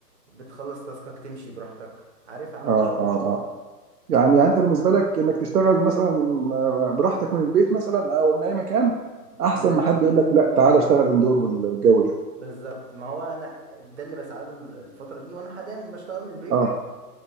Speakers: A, on the right (about 45°); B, on the right (about 70°).
A: بتخلص تاسكك تمشي براحتك عارف عمل
B: اه
A: حر
B: اه
A: شويه
B: اه يعني يعني انت بالنسبه لك انك تشتغل مثلا آه، براحتك من البيت مثلا او من اي مكان
A: ما
B: احسن
A: انا
B: ما حد يقول لك لا تعالى اشتغل اندور والجو ده
A: بالظبط ما هو انا ده اللي بسعى له الفتره دي وانا حاليا بشتغل من البيت
B: اه